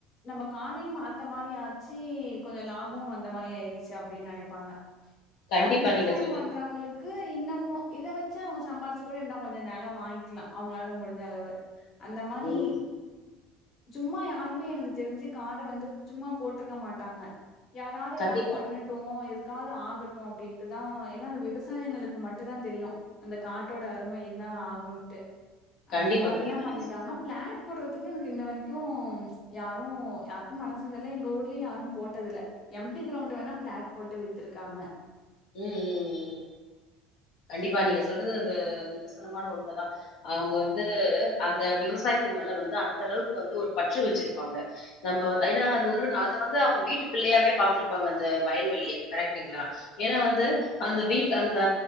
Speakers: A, on the left; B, on the left.
A: நம்ம காதையும் பாத்த மாதிரிய ஆச்சு கொஞ்ச லாபமம் அந்த மாதிரி ஆயிடுச்சு அப்டின்னு நனைப்பாங்க
B: கண்டிப்பா
A: அது விவசாயம்
B: நீங்க சொல்றது
A: பண்றவங்களு க்கு இன்னமும் இத வச்சு அவுங்க சம்பாிச்சு கூட இன்னும் கொஞ்ச நிலம் வாங்கி லாம் அவுங்களா முடிஞ்சளவு அந்த மாரி
B: ம்.
A: சும்மா யாருமே எனக்கு தெரிஞ்சு காடை வந்து சும்மா போட்ருக்க மாட்டாங்க யாராவது
B: கண்டிப்பா
A: ஏதாவது பண்ணட்டும் எது கா ஆகட்டும் அப்டின்ட்டுதான் ஏனா அந்த விவசாயங்களுக்கு மட்டும் தான் தெரியும் அந்த காட்டோட அருமை என்ன ஆகுன்னு
B: கண்டிப்பா
A: அந்த மாரில்லாம்
B: கண்டிப்பா
A: பண்ணிருக்காங்க
B: நீங்க சொல்றது
A: பிளான் போடுறதுக்கு எனக்கு இன்ன வரைக்கும் யாரும் யாருக்கும் மனசு இல்ல எங்க ஊர்லயும் யாரும் போட்டத இல்ல எம்டி கிரவுண்ட் வேணா பிளாட் போட்டு வித்துருக்காங்க
B: உம்-உம்-உம் ப்பா நீங்க சொல்றது நிதர்சனமான உண்ம தான் அவுங்க வந்து அந்த விவசாயத்து மேல வந்து அந்த அளவுக்கு வந்து ஒரு பற்று வச்சிருப்பாங்க நம்ம ஏன்னா அது ஒரு அத வந்து அவுங்க வீட்டு பிள்ளையாவே பா்த்திருப்பாங்க அந்த வயல்வெளிய கரெக்டுங்களா ஏனா வந்து அந்த வீட அந்த